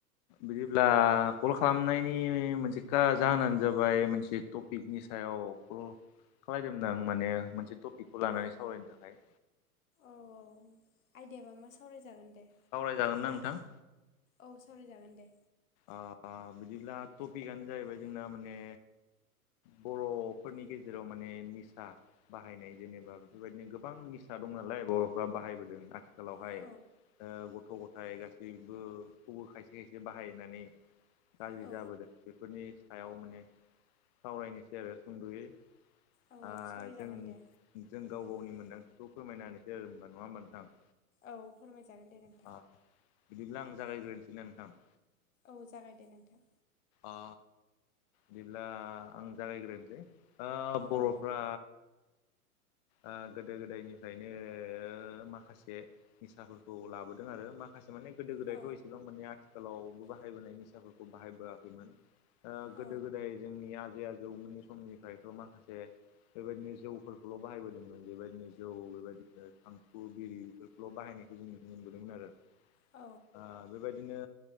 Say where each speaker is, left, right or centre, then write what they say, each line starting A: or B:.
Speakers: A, on the left; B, on the left.
A: बिदिब्ला कल खालामनायनि मोनसे का जाहोनानो जाबाय मोनसे टप टपिकनि सायाव कल खालायदोंमोन आं माने मोनसे टपिकखौ लानानै सावरायनो थाखाय।
B: औ औ आयदयाबा मा सावरायजागोन दे।
A: सावरायजागोन ना नोंथां?
B: औ सावरायजागोन दे।
A: ओ ओ बिदिब्ला टपिकआनो जाहैबाय जोंना माने बर'फोरनि गेजेराव माने निसा बाहायनाय जेनेबा बेफोरबायदिनो गोबां निसा दं नालाय बर'फ्रा बाहायबोदों खालावहाय
B: औ
A: ओ गथ' गथाय गासैबोखौबो खायसे खायसे बाहाय नानै गाज्रि
B: औ
A: जाबोदों बेफोरनि सायाव माने सावरायनोसै आरो सुंद'यै
B: औ
A: आ
B: औ सावरायजागोन
A: जों
B: दे
A: जों गाव गावनि मोन्दांथिखौ फोरमायनानैसै <unintelligible> नङा होमबा नोंथां?
B: औ फोरमायजागोन दे नों
A: अ बिदिब्ला आं जागायग्रोनोसै ना नोंथां?
B: औ जागाय दे नोंथां।
A: आ बिदिब्ला आं जागायग्रोनोसै आ बर'फ्रा
B: औ
A: ओ गोदो गोदायनिफ्रायनो ओ माखासे निसाफोरखौ लाबोदों आरो माखासे माने गोदो गोदायथ'
B: औ
A: एसेबां माने आथिखालावबो बाहायबोनाय निसाफोरखौ बाहायबोआखैमोन।
B: औ
A: गोदो गोदाय जोंनि आजै आ जौमोननि समनिफ्रायथ' माखासे बेबायदिनो जौफोरखौल' बाहायबोदोंमोन बेबायदिनो औ बेबायदिखो थांखु, बिरि बेफोरखौल' बाहायनायखौ जोंनुनो मोनबोदोंमोन आरो।
B: औ
A: आ बेबायदिनो